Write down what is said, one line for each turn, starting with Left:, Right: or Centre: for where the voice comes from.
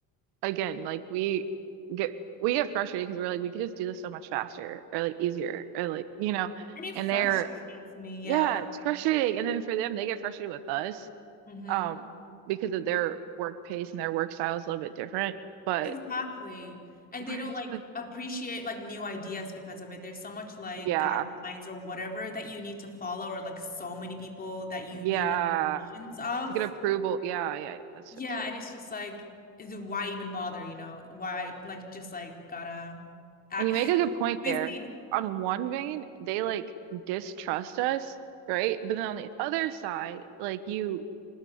Right: again, like we get we get frustrated because we're like we could just do this so much faster or like easier or like you know,
Left: And it
Right: and
Left: frustrates
Right: they're
Left: me,
Right: yeah,
Left: yeah.
Right: it's frustrating. And then for them, they get frustrated with us
Left: hmm
Right: um because of their work pace and their work style is a little bit different, but
Left: Exactly. And
Right: we're
Left: they don't
Right: just
Left: like
Right: like
Left: appreciate like new ideas because of it. There's so much like
Right: yeah.
Left: guidelines or whatever that you need to follow, or like so many people that you
Right: Yeah.
Left: need like permissions of.
Right: To get approval. Yeah, yeah, yeah. That's
Left: Yeah,
Right: so true.
Left: and it's just like, is it- why even bother, you know? Why, like, just like, gotta act
Right: And you make a good point
Left: <laughs> busy.
Right: there. On one vein, they like distrust us, right? But then on the other side, like you